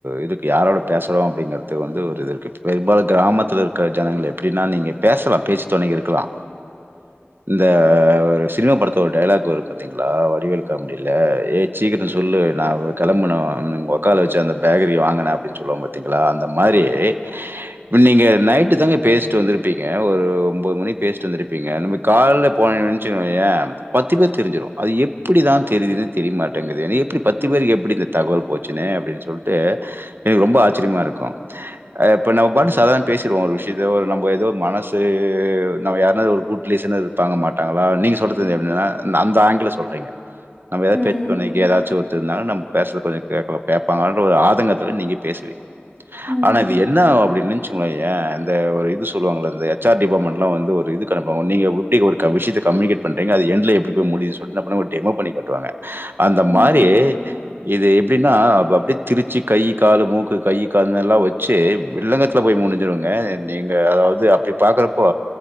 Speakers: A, on the right (about 65°); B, on the left (about 35°).
A: இதுக்கு யாரோட பேசுறோ அப்டிங்கறதுக்கு வந்து ஒரு இது இருக்கு பெரும்பால கிராமத்தில இருக்க ஜனங்கள எப்டின்னா நீங்க பேசலா பேச்சுத்தொணைக்கு இருக்கலா இந்த அ ஒரு சினிமா படத்துல ஒரு டயலாக் வரும் பாத்திங்களா வடிவேல் காமெடில ஏய் சீக்கிர சொல்லு நா கெளம்பனு உங்க அக்காள வச்சு அந்த பேக்கரிய வாங்குன அப்டின் சொல்வாம் பாத்திங்களா அந்த மாறி இப்ப நீங்க நைட் இப்டி தாங்க பேசிட்டு வந்திருப்பிங்க ஒரு ஒம்பது மணி பேசிட்டு வந்திருப்பிங்க நம்ம காலைல போனன்னு வச்சிக்கயேன் பத்தி பேர்க்கு தெரிஞ்சிரும் அது எப்டிதா தெரியதுன்னு தெரியமாட்டேங்குது அது எப்டி பத்து பேருக்கு எப்டி இந்த தகவல் போச்சுன்னு அப்டின் சொல்ட்டு எனக்கு ரொம்ப ஆச்சரியம்மா இருக்கும் நம்ம பாட்ன் சாதாரணம பேசுரோ ஒரு விஷ் எதோ ஒரு நம்ப எதோ மனசு நம்ம யாருனாது ஒரு குட் ரிலேசனாது இருப்பாங்க மாட்டாங்களா நீங்க சொல்றது என்னனா அந் த ஆங்கிள்ல சொல்றீங்க நம்ம எதாவது
B: ம்,
A: பேச்சுத்தொணைக்கி எதாச்சு ஒரு த்தர் இருந்தாங்கன்னா நம்ம பேசறத கொஞ்ச கேக்க கேப்பாங்கன்ற ஒரு ஆதங்கத்துல நீங்க பேசுவீங்க
B: ம்,
A: ஆனா இது என்ன ஆவு அப்டின்னு நென்ச்சிக்கோயே இந்த ஒரு இது சொல்லுவாங்கல்ல இந்த ஹெச் ஆர் டிபார்ட்மெண்ட்லா வந்து ஒரு இது கண்டக்ட் பண்ணுவாங்க நீங்க எப்டி ஒரு க விசயத்த கம்யூனிகேட் பண்றீங்க அது எண்ட்ல எப்டி போய் முடியுது சொல்ட்டு என்னா பண்ணுவாங்க டெமோ பண்ணி காட்டுவாங்க அந்த
B: ம்,
A: மாரி இது எப்டின்னா அப்ப அப்டியே திரிச்சி கையி காலு மூக்கு கையி காதுனெல்லா வச்சு வில்லங்கத்துல போய் முடிஞ்சிருங்க நீங்க அதாவது அப்பிடி பாக்குறப்போ